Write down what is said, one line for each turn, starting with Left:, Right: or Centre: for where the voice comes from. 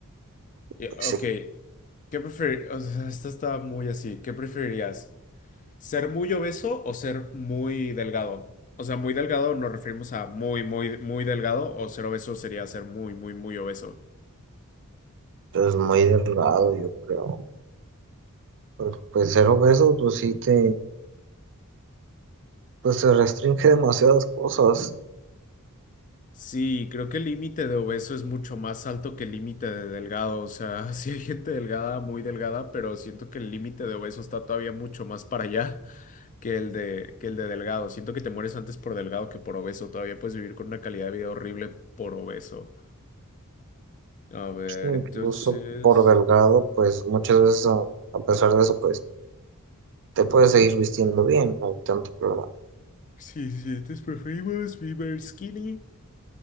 Left: Y-
Right: pues
Left: Ok,
Right: sí,
Left: ¿qué preferir? O sea, esta está muy así. ¿Qué preferirías? ¿Ser muy obeso o ser muy delgado? O sea, muy delgado nos referimos a muy, muy, muy delgado o ser obeso sería ser muy, muy, muy obeso.
Right: es muy delgado, yo creo. Pero, Pues ser obeso, pues sí te, pues se restringe demasiadas cosas,
Left: Sí, creo que el límite de obeso es mucho más alto que el límite de delgado. O sea, <laughs> sí hay gente delgada, muy delgada, pero siento que el límite de obeso está todavía mucho más para allá <laughs> que el de, que el de delgado. Siento que te mueres antes por delgado que por obeso. Todavía puedes vivir con una calidad de vida horrible por obeso. A ver,
Right: incluso
Left: entonces.
Right: por delgado, pues muchas veces a, a pesar de eso, pues te puedes seguir vistiendo bien, no hay tanto problema.
Left: Sí, sí, estos preferimos Fever Skinny.